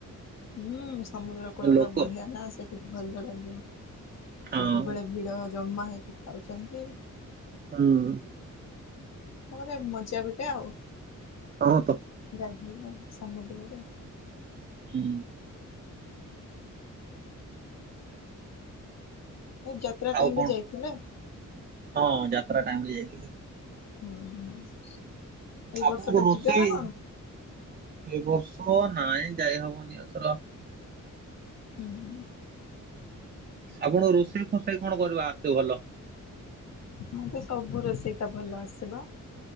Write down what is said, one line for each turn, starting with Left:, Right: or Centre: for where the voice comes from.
Left: ହୁଁ ସମୁଦ୍ର କୂଳ
Right: ଲୋକ
Left: ଟା ବଢିଆ ନା ସେଠୁ ଭଲ ଲାଗିବ।
Right: ହଁ
Left: ସବୁବେଳେ ଭିଡ ଜମା ହେଇକି ଖାଉଛନ୍ତି।
Right: ହୁଁ।
Left: ତାପରେ ମଜା ଗୋଟେ ଆଉ।
Right: ହଁ ତ।
Left: ଗାଧୋଇବା ସମୁଦ୍ରରେ।
Right: ହୁଁ।
Left: ଏ ଯାତ୍ରା
Right: ଆଉ
Left: ଟାଇମ
Right: କଣ?
Left: ରେ ଯାଇଥିଲେ।
Right: ହଁ ଯାତ୍ରା ଟାଇମ ରେ ଯାଇଥିଲି।
Left: ହୁଁ ହଁ ଏଇ
Right: ଆପଣଙ୍କୁ
Left: ବର୍ଷ ଟା
Right: ରୋଷେଇ
Left: ଯିବେ ନା କଣ?
Right: ଏ ବର୍ଷ ନାଇଁ ଯାଇ ହବନି ଏଥର।
Left: ହୁଁ ହୁଁ।
Right: ଆପଣ ରୋଷେଇ ଫସେଇ କଣ କରିବା ଆସେ ଭଲ?
Left: ମୋତେ ସବୁ ରୋଷେଇଟା ଭଲ ଆସେ।